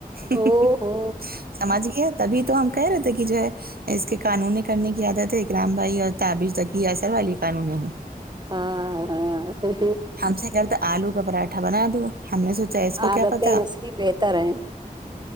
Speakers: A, on the right (about 80°); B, on the right (about 30°).
A: ہی
B: او
A: ہی ہی
B: ہو
A: سمجھ گیا تبھی تو ہم کہہ رہے تھے کہ جو ہے اس کے قانونی کرنے کی عادت ہے رام بھائی اور تابش تکی اسر والی قانونی ہیں
B: ہاں ہاں ہاں پھر
A: ہم سے کہرہے تھے آلو کا پراٹھا بنا دو ہم نے سوچ اس کو
B: عادتیں
A: کیا پتا
B: اس کی بہتر ہیں